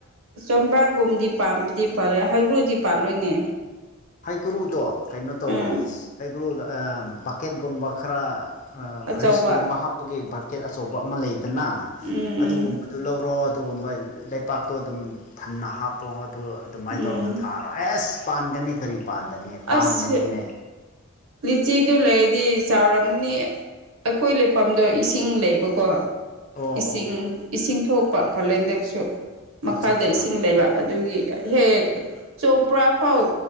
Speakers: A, on the right; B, on the left.
A: ꯆꯧꯝꯄ꯭ꯔꯥꯒꯨꯝꯗꯤ ꯄꯥꯝꯕꯗꯤ ꯄꯥꯜꯂꯦ ꯍꯩꯀꯔꯨꯗꯤ ꯄꯥꯜꯂꯣꯏꯅꯦ
B: ꯍꯩꯀꯔꯨꯗꯣ ꯀꯩꯅꯣ ꯇꯧꯋꯣ
A: ꯎꯝ
B: ꯍꯩꯀꯔꯨꯗꯣ ꯕꯛꯀꯦꯠꯀꯨꯝꯕ ꯈꯔ
A: ꯑꯆꯧꯕ
B: ꯒ꯭ꯔꯤꯁꯀꯨꯝꯕ ꯍꯥꯞꯄꯒꯤ ꯕꯛꯀꯦꯠ ꯑꯆꯧꯕ ꯑꯃ ꯂꯩꯗꯅ
A: ꯎꯝ
B: ꯑꯗꯨꯒꯨꯝꯕꯗꯨ
A: ꯎꯝ
B: ꯂꯧꯔꯣ ꯑꯗꯨꯒꯨꯝꯕ ꯂꯩꯄꯥꯛꯇꯣ ꯑꯗꯨꯝ ꯊꯟꯅ ꯍꯥꯞꯄꯣ ꯑꯗꯨ ꯑꯗꯨꯃꯥꯏꯅ
A: ꯎꯝ
B: ꯇꯧꯔꯒ ꯊꯥꯔꯣ ꯑꯦ ꯑꯁ ꯄꯥꯟꯒꯅꯤ ꯀꯔꯤ ꯄꯥꯟꯒꯅꯤ
A: ꯑꯁ
B: ꯄꯥꯟꯕꯅꯤꯅꯦ
A: ꯂꯤꯆꯤꯗꯨ ꯂꯩꯔꯗꯤ ꯆꯥꯎꯔꯝꯅꯤ ꯑꯩꯈꯣꯏ ꯂꯩꯐꯝꯗꯣ ꯏꯁꯤꯡ ꯂꯩꯕꯀꯣ
B: ꯑꯣ
A: ꯏꯁꯤꯡ
B: ꯑꯣ
A: ꯏꯁꯤꯡ ꯊꯣꯛꯄ ꯀꯥꯂꯦꯟꯗꯁꯨ ꯃꯈꯥꯗ
B: ꯑꯠꯆꯥ ꯑꯠꯆꯥ
A: ꯏꯁꯤꯡ ꯂꯩꯕ ꯑꯗꯨꯒꯤ ꯍꯦꯛ ꯆꯣꯝꯄ꯭ꯔꯥ ꯐꯥꯎ